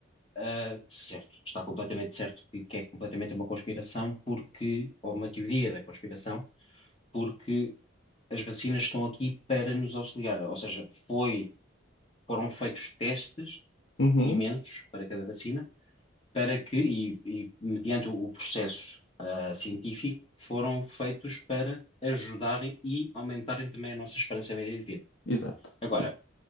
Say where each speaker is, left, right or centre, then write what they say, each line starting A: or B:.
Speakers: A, on the left; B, on the left.
A: eh, certo, está completamente certo que que é completamente uma conspiração, porque, ou uma teoria da conspiração porque as vacinas estão aqui para nos auxiliar. Ou seja, foi, foram feitos testes
B: Uhum.
A: imensos para cada vacina, para que, e, e mediante o processo, ah, científico, foram feitos para ajudarem e aumentarem também a nossa esperança média de vida.
B: Exato.
A: Agora,
B: Sim.